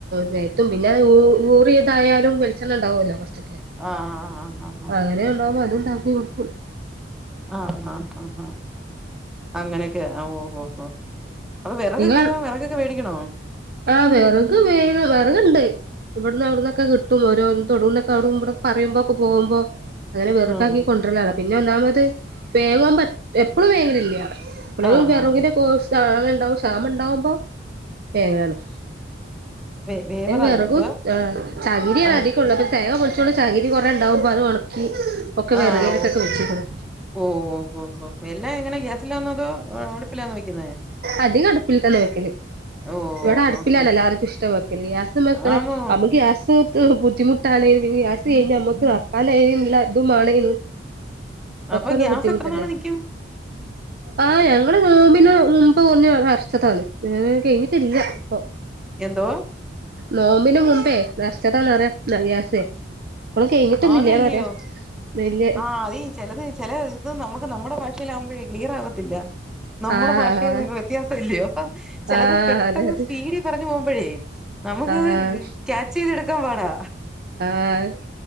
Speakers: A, on the right; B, in the centre.
A: മേത്തും പിന്നെ ഊ ഊറിയതായാലും വെളിച്ചെണ്ണ ണ്ടാവുമല്ലോ കുറച്ചൊക്കെ
B: ആഹ് ആഹ്
A: അങ്ങനെ ഉണ്ടാവുമ്പോ <unintelligible>
B: ആഹ് ആഹ് ആഹ് ആഹ അങ്ങനെയൊക്കെ ഓ ഓ ഹൊ. അപ്പൊ വിറകൊക്കെയോ
A: നിങ്ങള്
B: വിറകൊക്കെ വേടിക്കണോ?
A: ആഹ് വിറക് വെ വിറക്ണ്ട് ഇവിടന്ന് അവിടന്നൊക്കെ കിട്ടും ഓരോ തൊടുന്നൊക്കെ <unintelligible> പറയുമ്പൊ ഒക്കെ പോകുമ്പോ അങ്ങനെ വെറകാക്കി
B: ആഹ്
A: കൊണ്ടരലാണ്. പിന്നെ ഒന്നാമത് വേങ്ങാൻ പറ്റ എപ്പോഴും വേങ്ങലില്ല <unintelligible> <unintelligible>
B: ആഹ് ആഹ്
A: ഉണ്ടാവും ശ്യാമ ഉണ്ടാവുമ്പോ വേങ്ങാണ്
B: വേ വേവറ
A: ന്നെ വെർകും
B: എന്തുവാ
A: ആ ചകിരി
B: ആഹ്
A: അതി ഉള്ളപ്പം തേങ്ങ പൊളിച്ചോണ്ട് ചകിരി കുറെ ഉണ്ടാവുമ്പോ അത് ഉണക്കി ഒക്കെ വേറെയാടുത്തൊക്കെ
B: ആഹ് ഓ
A: വെച്ചീക്കുണു
B: ഓ ഓ ഓ ഹോ എല്ലാം എങ്ങനെ ഗ്യാസിലാന്നോ അടുപ്പിലാന്നോ വെക്കുന്നേ
A: അധികം അടുപ്പിൽ തന്നെ വെക്കല്
B: ഓ
A: ഇവിടെ അടുപ്പിലാണല്ലാർക്കും
B: ഓ ഓ
A: ഇഷട്ടം വെക്കല് ഗ്യാസ്മേക്ക്ണ
B: ആന്നോ
A: അമ്മക്ക് ഗ്യാസ് ബുദ്ധിമുട്ടാണേൽ പിന്നെ ഗ്യാസ് കഴിഞ്ഞ മ്മക്ക് നർക്കാനേയ്ൻള്ള ഇതും മാണെ
B: അപ്പൊ
A: ഒക്കൊരു
B: ഗ്യാസ്
A: ബുദ്ധിമുട്ടല്ലേ.
B: എത്ര നാള് നിക്കും
A: ആ ഞങ്ങള് നോമ്പിന് മുമ്പ് ഒന്ന് നർച്ചതാണ് വേ കഴഞ്ഞി ത്തില്ല ഇപ്പൊ
B: എന്തോവാ?
A: നോമ്പിന്റെ മുമ്പേ നർച്ചതാന്നറിയ ഗ്യാസേ. ഇപ്പളും കഴിഞ്ഞിട്ടൊന്നുല്ലാന്നറിയാ
B: ആവുന്നില്ലയോ?
A: വല്യ
B: ആ അത് ചെലത് ചില ഇത് നമുക്ക് നമ്മുടെ ഭാഷ യില ആവുമ്പയേ ക്ലിയർ ആവത്തില്ല. നമ്മുടെ
A: ആഹ്
B: ഭാഷയിൽ നിന്ന് വ്യത്യാസം ഇല്ലയോ? അപ്പൊ ചിലത്
A: ആഹ്
B: പെട്ടെന്ന്
A: അതെ അതെ
B: സ്പീഡിൽ പറഞ്ഞു പോകുമ്പോയേ നമക്ക്
A: ആഹ്
B: അത് കാച്ച് ചെയ്ത് എടുക്കാൻ പാടാ.
A: ആഹ്.